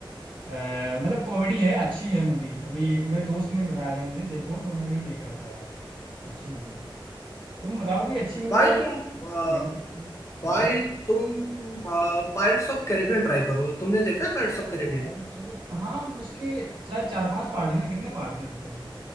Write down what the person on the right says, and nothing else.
अ, मतलब कॉमेडी है अच्छी है मूवी अभी एक मेरे दोस्त ने बताया था मुझे देखो तो मैं वही देख रहा था यार अच्छी मूवी है तुम बताओ कोई अच्छी मूवी
यार
मैं भी बताओ
भाई।
अ, अच्छा, हाँ उसके शायद चार पांच पार्ट है ना कितने पार्ट्स हैं उसके